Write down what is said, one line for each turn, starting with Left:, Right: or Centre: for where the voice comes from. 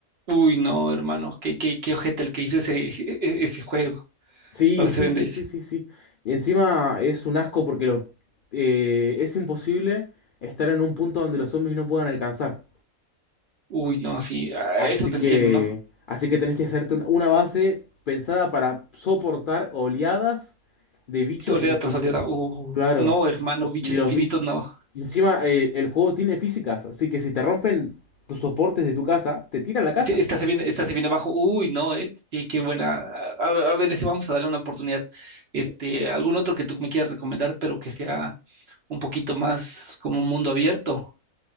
Right: Uy, no, hermano, qué, qué, qué ojete el que hizo ese, <laughs> e- e- ese juego
Left: Sí,
Right: para
Left: sí,
Right: Seven
Left: sí,
Right: Days.
Left: sí, sí, sí. Y encima es un asco porque los, eh, es imposible estar en un punto donde los zombies no puedan alcanzar.
Right: Uy, no, sí, ah,
Left: Así
Right: eso te
Left: que,
Right: entiendo, ¿no?
Left: así que tenés que hacerte un- una base pensada para soportar oleadas de bichos
Right: Oleada
Left: infinitos.
Right: tras oleada. Uh,
Left: Claro.
Right: no, hermano, bichos
Left: Y los
Right: infinitos,
Left: bichos.
Right: no.
Left: Encima, eh, el juego tiene físicas, así que si te rompen tus soportes de tu casa, te tiran la casa.
Right: Sí, Esta se viene, esta se viene abajo. Uy, no, eh. Qué, qué buena. A, a- a ver, ese vamos a darle una oportunidad. Este, algún otro que tú me quieras recomendar, pero que sea un poquito más como un mundo abierto.